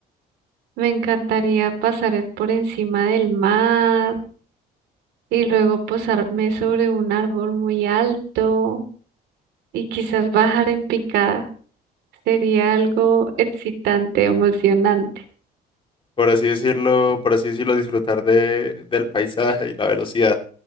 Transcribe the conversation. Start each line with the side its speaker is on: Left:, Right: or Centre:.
Right: me encantaría pasar es por encima del mar y luego posarme sobre un árbol muy alto y quizás bajar en picada. Sería algo excitante, emocionante,
Left: por así decirlo, por así decirlo, disfrutar de, del paisaje y la velocidad.